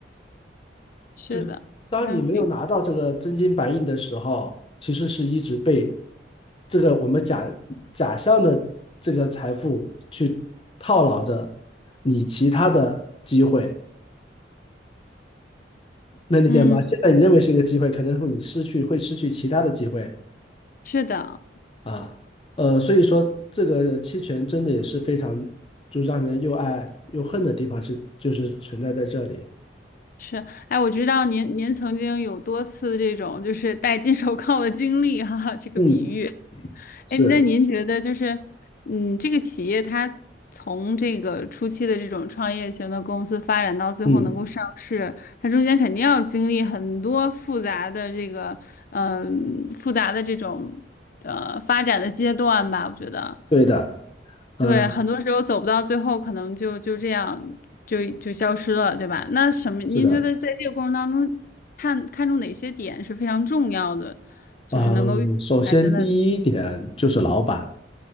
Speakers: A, on the left; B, on the left.
A: 是的，
B: 就是当你没有拿到这个真金白银的时候，
A: 非常形，
B: 其实是一直被这个我们假假象的这个财富去套牢着你其他的机会。能理解吗？
A: 嗯，
B: 现在你认为是一个机会，可能会你失去，会失去其他的机会
A: 是的。
B: 啊。呃，所以说这个期权真的也是非常，就让人又爱又恨的地方是，就是存在在这里。
A: 是，哎，我知道您您曾经有多次这种就是戴金手铐的经历哈，这个比喻。
B: 嗯，是，
A: 哎，那您觉得就是，嗯，这个企业它从这个初期的这种创业型的公司发展到最后能够上市，
B: 嗯，
A: 它中间肯定要经历很多复杂的这个，嗯、复杂的这种呃发展的阶段吧，我觉得。
B: 对的，呃，
A: 对，很多时候走不到最后，可能就就这样就就消失了，对吧？那什么，您觉得在这个过程当中，
B: 是的，
A: 看看中哪些点是非常重要的，就是能够遇他真的
B: 嗯，首先第一点就是老板，